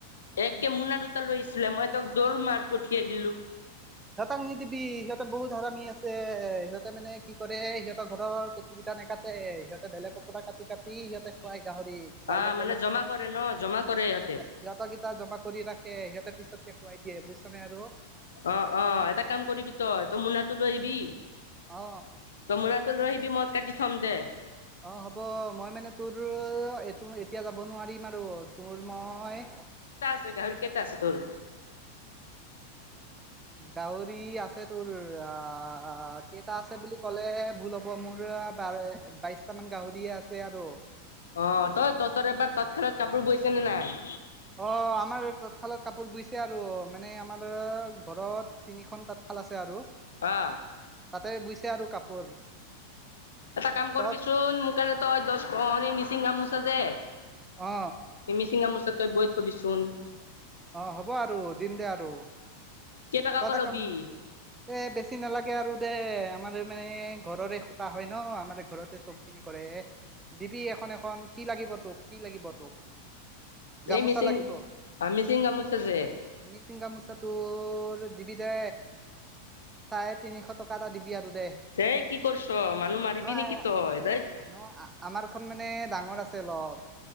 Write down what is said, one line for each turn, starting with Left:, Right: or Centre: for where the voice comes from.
Left: একে মোনা দুটা লৈছিলে মই তক দৌৰ মাৰ পঠিয়াই দিলো।
Right: সিহঁতক নিদিবি সিহঁতে বহুত হাৰামি আছে সিহঁতে মানে কি কৰে সিহঁতৰ ঘৰৰ কচু কেইটা নেকাটে সিহঁতে বেলেগৰ পৰা কাটি কাটি সিহঁতে খুৱায় গাহৰিক। খুৱাই
Left: অ
Right: লৈ
Left: মানে জমা কৰে ন জমা কৰে ইহঁতে।
Right: সিহঁতকিতা জমা কৰি ৰাখে সিহঁতে পিছতকে খুৱাই দিয়ে বুজিছনে আৰু
Left: অ অ এটা কাম কৰিবি তই তো মোনাটো লৈ আহিবি
Right: অ
Left: তোৰ মোনাটো লৈ আহিবি মই কাটি থম দে।
Right: অ হ'ব মই মানে তোৰো এইটো এতিয়া যাব নোৱাৰিম আৰু তোৰ মই
Left: তুই গাহৰি কেইটা আছে তোৰ?
Right: গাহৰি আছে তোৰ আ কেইটা আছে বুলি ক'লে ভুল হ'ব ব মোৰ আ বাৰ বাইশটামান গাহৰি আছে আৰু।
Left: অ তই তঁহতৰ এবাৰ তাঁতশালত কাপোৰ বৈছে নে নাই?
Right: অ আমাৰ তাঁতশালৰ কাপোৰ বুইছে আৰু মানে আমাৰ ঘৰত তিনিখন তাঁতশাল আছে আৰু।
Left: পা
Right: তাতে বুইছে আৰু কাপোৰ।
Left: এটা কাম কৰিবিচোন
Right: তত
Left: মোৰ কাৰণে তই দহ <unintelligible> মিচিং গামোছা যে
Right: অ
Left: এই মিচিং গামোচা তই বৈ থবিচোন।
Right: অ হ'ব আৰু দিম দে আৰু
Left: কেইটকাকে
Right: তই এটা
Left: ল'বি
Right: কাম এ বেছি নালাগে আৰু দে আমাৰ মানে ঘৰৰে সুতা হয় ন আমাৰ ঘৰতে চ- কি কৰে দিবি এখন এখন কি লাগিব তোক কি লাগিব তোক গামোচা
Left: এই মিচিং
Right: লাগিব
Left: অ মিচিং গামোচা যে
Right: মিচিং গামোছাতো তোৰ দিবি দে, চাৰে তিনিশ টকা এটা দিবি আৰু দে।
Left: হেই কি কৰিছ মানুহ মাৰিবি
Right: নহয়
Left: নেকি তই ধেৎত।
Right: ন আমাৰ খন মানে ডাঙৰ আছে অলপ।